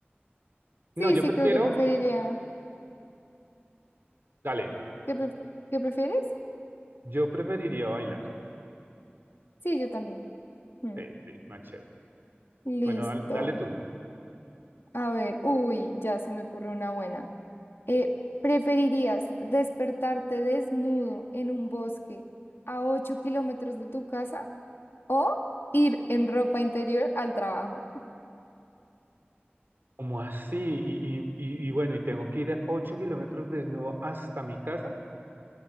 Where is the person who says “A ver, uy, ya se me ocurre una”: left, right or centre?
Left